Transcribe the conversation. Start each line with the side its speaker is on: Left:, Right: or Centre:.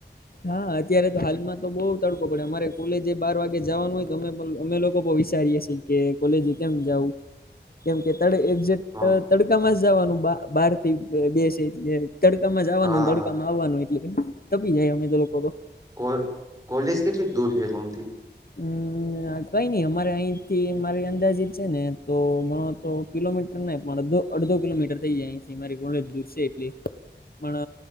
Left: હા અત્યારે તો હાલમાં તો બહુ તડકો પડે અમારે કોલેજ બાર વાગે જવાનું હોય તો અમે અમે લોકો વિચારીએ. કેમ કે કોલેજે કેમ જાઉ?
Right: <inaudible>
Left: કેમ કે તરે એક્ઝેક્ટ
Right: હા
Left: તડકામાં જ જવાનું બ બહારથી <unintelligible> તડકામાં જવાનું,
Right: હા
Left: તડકામાં આવવાનું, એટલે તપી જાય અમે તો લોકો તો.
Right: કોલ કોલેજ કેટલીક દૂર છે ગોમથી?
Left: અમ્મ આ કંઈ નહી અમારે અહીંથી મારી અંદાજીત છે ને તો ગણો તો કિલોમીટ ટર પણ અડધો-અડધો કિલોમીટર થઇ જાય આહીંથી મારી દૂર છે એટલી. પણ